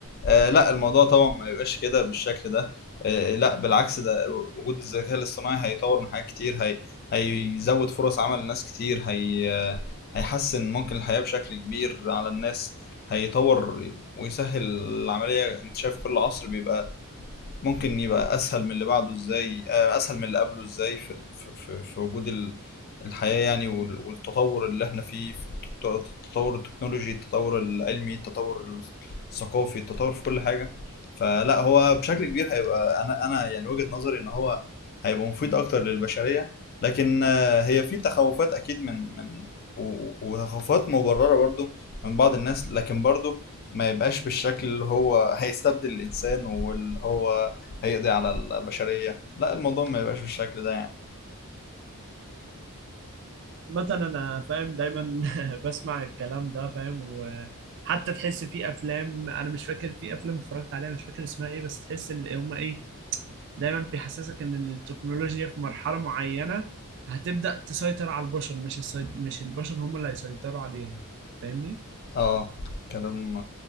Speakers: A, on the left; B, on the right.
A: آه لا الموضوع طبعا ما يبقاش كده بالشكل ده آه لا بالعكس ده وجود الذكاء الاصطناعي هيطور من حاجات كتير هي هيزود فرص عمل لناس كتير هي آه، هيحسن ممكن الحياة بشكل كبير على الناس هيطور ويسهل العملية انت شايف كل عصر بيبقى ممكن يبقى اسهل من اللي بعده ازاي آه، اسهل من اللي قبله ازاي في ال- في في في وجود ال- الحياة يعني وال- والتطور اللي احنا فيه في التك- التطور التكنولوجي التطور العلمي التطور الثقافي التطور في كل حاجة فلا هو بشكل كبير هيبقى انا انا يعني وجهة نظري ان هو هيبقى مفيد اكتر للبشرية لكن آه، هي في تخوفات اكيد من من و- و- وتخوفات مبررة برضو من بعض الناس لكن برضو ما يبقاش بالشكل اللي هو هيستبدل الإنسان واللي هو هيقضي على البشرية لا الموضوع ما يبقاش بالشكل ده يعني
B: عامه انا فاهم دايما <laughs> بسمع الكلام ده فاهم وحتى تحس في افلام انا مش فاكر في افلام اتفرجت عليها مش فاكر اسمها ايه بس تحس ان هم ايه دايما بيحسسك ان التكنولوجيا في مرحله معينه هتبدا تسيطر على البشر مش السيط... مش البشر هم اللي هيسيطروا عليها فاهمني
A: اه كلام